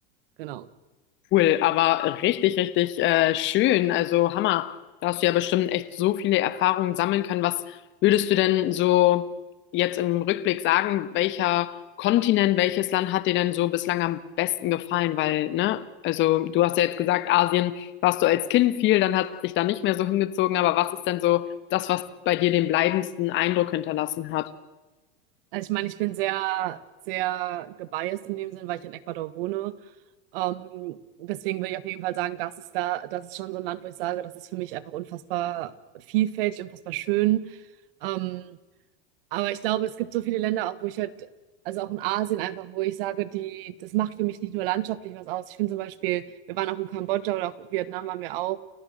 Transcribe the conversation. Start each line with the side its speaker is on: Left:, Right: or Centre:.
Right: Genau.
Left: Cool, aber richtig, richtig äh, schön. Also Hammer. Da hast du ja bestimmt echt so viele Erfahrungen sammeln können. Was würdest du denn so jetzt im Rückblick sagen, welcher Kontinent, welches Land hat dir denn so bislang am besten gefallen? Weil, ne, also du hast ja jetzt gesagt, Asien warst du als Kind viel, dann hat dich da nicht mehr so hingezogen. Aber was ist denn so das, was bei dir den bleibendsten Eindruck hinterlassen hat?
Right: Also ich meine, ich bin sehr, sehr gebiased in dem Sinn, weil ich in Ecuador wohne. Ähm, deswegen würde ich auf jeden Fall sagen, das ist da, das ist schon so ein Land, wo ich sage, das ist für mich einfach unfassbar vielfältig, unfassbar schön. Ähm, aber ich glaube, es gibt so viele Länder auch, wo ich halt, also auch in Asien einfach, wo ich sage, die, das macht für mich nicht nur landschaftlich was aus. Ich finde zum Beispiel, wir waren auch in Kambodscha oder auch in Vietnam waren wir auch,